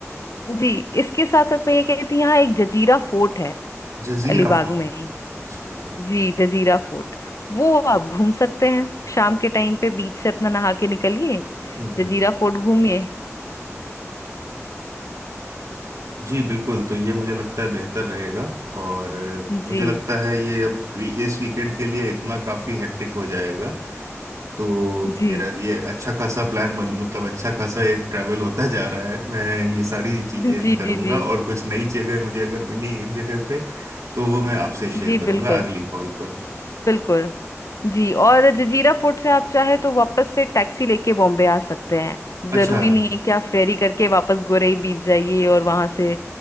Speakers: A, on the left; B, on the right.
A: जी इसके साथ साथ मैं ये कहती यहाँ एक जजीरा फोर्ट है
B: जजीरा
A: अलीबाग
B: फोर्ट
A: में ही,
B: अच्छा जी
A: जी जजीरा फोर्ट वो आप घूम सकते हैं शाम के टाइम पे बीच से अपना नहा के निकलिए
B: हम्म
A: जजीरा फोर्ट घूमिए
B: जी बिल्कुल तो ये मुझे लगता है बेहतर रहेगा और अ, मुझे
A: जी
B: लगता है ये अब वी- इस वीकेंड के लिए इतना काफी हेक्टिक हो जाएगा तो
A: जी
B: मेरा ये अच्छा खासा प्लान बन मतलब अच्छा खासा एक ट्रैवल होता जा रहा है मैं ये सारी चीजें
A: जी
B: करूंगा
A: जी जी
B: और कुछ नई जगह मुझे अगर मिली इन जगह पे तो वो मैं आपसे शेयर
A: जी
B: करूंगा
A: बिल्कुल
B: अगली कॉल पर
A: बिल्कुल जी और जजीरा फोर्ट से आप चाहे तो वापस से टैक्सी लेके बॉम्बे आ सकते हैं
B: अच्छा
A: जरूरी नहीं है कि आप फेरी करके वापस गोरई बीच जाइए और वहां से